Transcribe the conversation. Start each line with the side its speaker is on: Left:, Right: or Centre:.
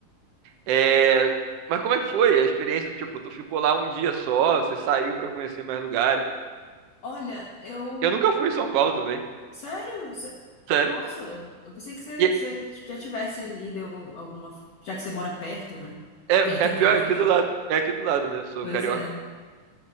Right: É, mas como é que foi a experiência? Tipo, tu ficou lá um dia só, você saiu pra conhecer mais lugares.
Left: Olha, eu.
Right: Eu nunca fui em São Paulo também,
Left: Sério? Cê-
Right: sério.
Left: Nossa, eu pensei que você,
Right: E
Left: você já tivesse ido em algum- alguma. Já que você mora perto, né?
Right: é,
Left: Perto,
Right: é
Left: entre
Right: pior,
Left: aspas.
Right: é aqui do lado. É aqui do lado, né? Eu sou
Left: Pois
Right: carioca.
Left: é.